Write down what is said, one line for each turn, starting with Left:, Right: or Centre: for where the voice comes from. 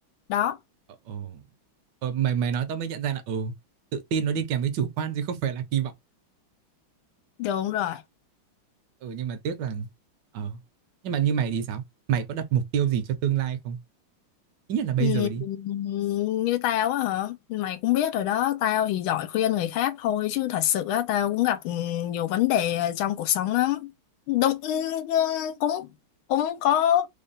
Left: đó
Right: Ờ, ờ. Ờ, mày mày nói tao mới nhận ra là ừ tự tin nó đi kèm với chủ quan chứ không phải là kỳ vọng.
Left: đúng rồi
Right: Ừ nhưng mà tiếc là ờ nhưng mà như mày thì sao? Mày có đặt mục tiêu gì cho tương lai không? Ít nhất là bây
Left: Ừ,
Right: giờ đi.
Left: như tao á hả mày cũng biết rồi đó tao thì giỏi khuyên người khác thôi chứ thật sự á tao cũng gặp ừ, nhiều vấn đề trong cuộc sống lắm đúng ừ, ừ, cũng cũng có